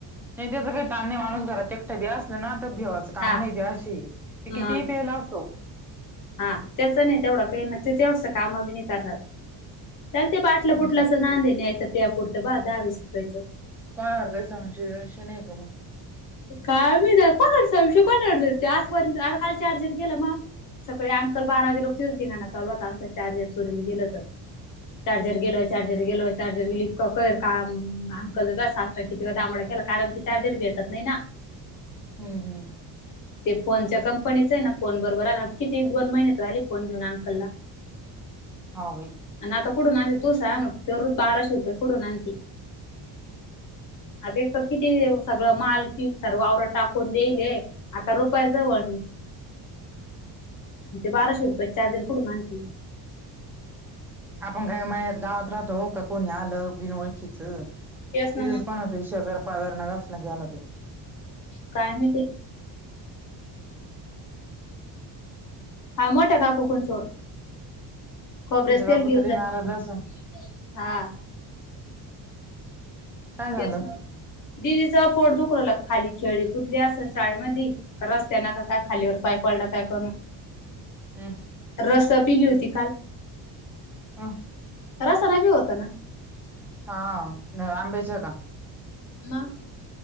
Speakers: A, in the centre; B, on the left.
A: नाही त्याच काही तान माणूस घरात एकटा बी असल ना तर भिव काम
B: हा
A: नाही ते अशी ते
B: मग
A: कितीही तेला असतो.
B: हा त्याचं नाही तेवढं काही नाही. तेवढसं कामबी नाही करणार. त्याला ते बाटलं
A: मग
B: बुटलंचं नांद न्याय तयापुरतं बा दहावीस रुपयाचं.
A: कोणावर तरी संशय बिवशय नाय का मग?
B: काय माहित कोणावर संशय, कोणावर घेते आजपर्यंत काल चार्जर गेल मगं? सगळे अंकल बारा वाजे लोक तेच धिंगाणा चालू होता आमचं चार्जर चोरीला गेलत. चार्जर गेल चार चार्जेर गेलं चार्जेर गेलं कळेल काम अंकल किती वेळा केला कारण कि ते चार्जर नाही भेटत. नाही ना.
A: हम्म हम्म.
B: ते फोनच्या कंपनीच आहे ना. फोन बरोबर आलं किती दोन महिने त झाले फोन घेऊन अंकलला.
A: हा बाई.
B: आणि आता कुठून आणि तू सांग तेरु बाराशे रुपये कुठून आणती. हा तेच तं किती सगळं माल ती सर्वावर टाकून द्यायले. आता रुपया जवळ ते बाराशे रुपयाचं चार्जर कुठून आणती.
A: आपण काय मळ्यात गावात राहतो. का कोणी आलं बिनओळखीच. तिथंच
B: तेच ना मग
A: कोणा तरी शेजार पाजाराना घासला की आला त्यो,
B: काय माहिती? हा मोठ्या काकू पण चोर खोबऱ्याचं
A: पूजा काकू
B: तेल घेऊन
A: तर लई
B: जाती.
A: नाराज असन
B: हा.
A: काय झालं
B: तेच ना. दिदीच पोट दुखू राहिलं. खाली खेळी कुदली असल शाळेमधी रस्त्यान का काय खालीवर पाय पडला काय करू?
A: हं.
B: रस पिली होती काल.
A: ह.
B: रसा न बी होतं ना.
A: हा न आंब्याचे आहे का?
B: मगं?